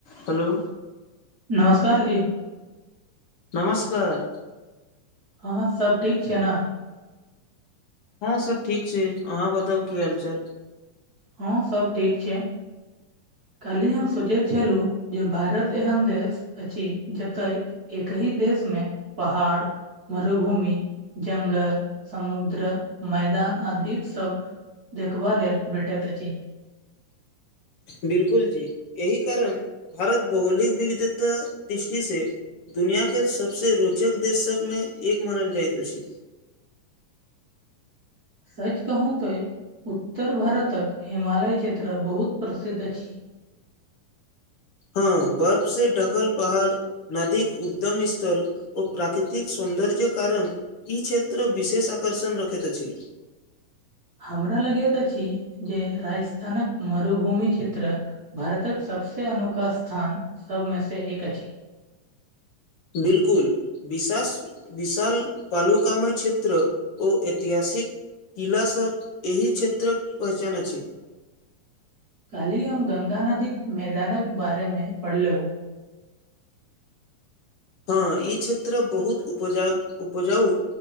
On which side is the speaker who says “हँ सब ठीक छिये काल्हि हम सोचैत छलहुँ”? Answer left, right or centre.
Right